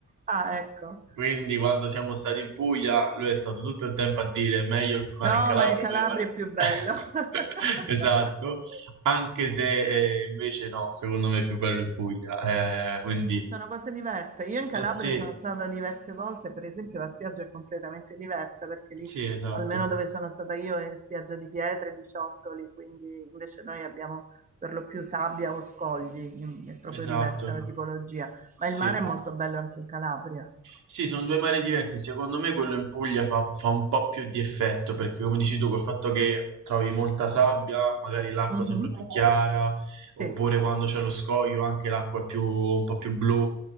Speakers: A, on the right; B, on the right.
A: Ah, ecco.
B: Quindi quando siamo stati in Puglia, lui è stato tutto il tempo a dire meglio il mare
A: No,
B: in Calabria,
A: ma il Calabria
B: meglio il mare-"
A: è più bello.
B: <laughs>
A: <laughs>
B: Esatto, anche se eh, invece no, secondo me è più bello in Puglia. eh, quindi,
A: Sono cose diverse. Io in Calabria
B: eh sì.
A: sono stata diverse volte, per esempio la spiaggia è completamente diversa perché lì,
B: Sì, esatto,
A: almeno dove sono stata io, è spiaggia di pietre, di ciottoli, quindi invece noi abbiamo per lo più sabbia o scogli, mm, è proprio
B: esatto.
A: diversa la tipologia. Ma
B: Sì,
A: il mare è molto bello anche in Calabria.
B: sì, sono due mari diversi. Secondo me quello in Puglia fa, fa un po' più di effetto perché, come dici tu, col fatto che trovi molta sabbia, magari l'acqua
A: Mhm.
B: sembra più chiara, oppure
A: Sì.
B: quando c'è lo scoglio anche l'acqua è più, un po' più blu.